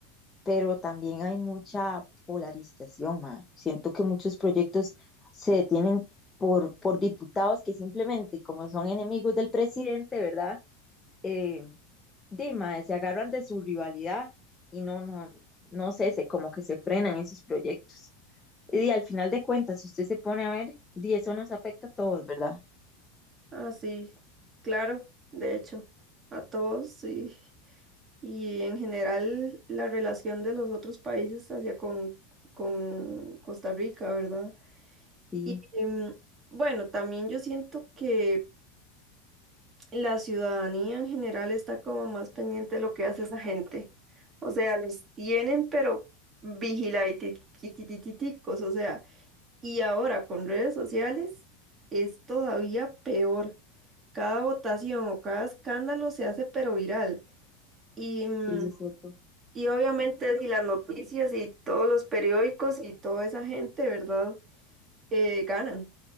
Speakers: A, on the left; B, on the right.
A: pero también hay mucha polarización, mae. Siento que muchos proyectos se detienen por, por diputados que simplemente, como son enemigos del presidente, ¿verdad? eh, di, mae, se agarran de su rivalidad y no, no, no sé, se, como que se frenan esos proyectos. Y di, al final de cuentas, si usted se pone a ver, di, eso nos afecta a todos, ¿verdad?
B: ah, sí, claro, de hecho, a todos y, y en general la relación de los otros países hacia con, con Costa Rica, ¿verdad?
A: Sí,
B: Y em, bueno, también yo siento que la ciudadanía en general está como más pendiente de lo que hace esa gente. O sea, los tienen, pero vigiladiticos, o sea, y ahora con redes sociales es todavía peor. Cada votación o cada escándalo se hace pero viral. Y, mm,
A: sí, es cierto.
B: y obviamente si las noticias y todos los periódicos y toda esa gente, ¿verdad? Eh, ganan,